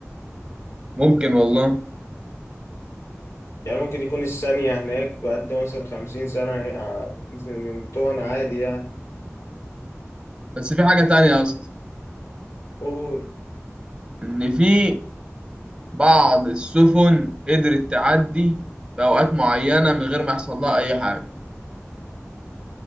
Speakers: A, on the right; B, on the left.
A: ممكن والله
B: يعني ممكن يكون الثانية هناك بقد مثلا خمسين سنة ع- مثل من بتوعنا عادي يعني
A: بس في حاجة تانية يا اسطى
B: قول
A: إن في بعض السفن قدرت تعدي في أوقات معينة من غير ما يحصل لها أي حاجة